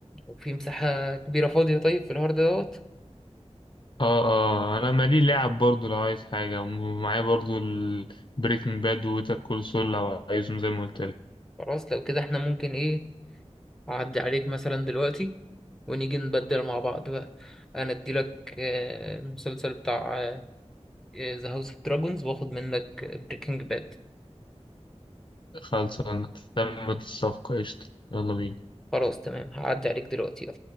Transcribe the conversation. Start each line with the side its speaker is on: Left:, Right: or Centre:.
Centre: وفي مساحة كبيرة فاضية طيب في الهارد دوت
Left: اه اه انا مالي لعب برضو لو عايز حاجة ومعايا برضو البريكنج باد ووتر كول سول لو عايزهم زي ما قلت لك
Centre: خلاص لو كده احنا ممكن ايه اعدي عليك مثلا دلوقتي ونيجي نبدل مع بعض بقى انا اديلك آه، المسلسل بتاع ذا هاوس اوف دراجونز واخد منك بريكنج باد
Left: خلصانة تمت الصفقة قشطة يلا بينا
Centre: خلاص تمام هعدي عليك دلوقتي يلا